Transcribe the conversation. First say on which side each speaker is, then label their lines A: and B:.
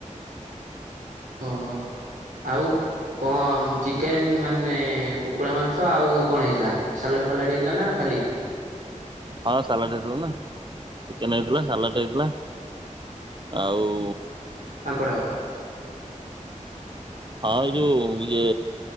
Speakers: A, on the right (about 85°); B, on the right (about 35°).
A: ଓହୋ ଆଉ କଣ ଚିକେନ ମାନେ କୁକୁଡ଼ା ମାଂସ ଆଉ କଣ ହେଇଥିଲା। ସାଲାଡ ଫାଲାଡ଼ ହେଇଥିଲା ନା ଖାଲି।
B: ହଁ ସାଲାଡ଼ ହେଇଥିଲା। ନା ଚିକେନ ହେଇଥିଲା ସାଲାଡ଼ ହେଇଥିଲା। ଆଉ
A: ପାମ୍ପଡ।
B: ହଁ ଏଇ ଯଉ ଇଏ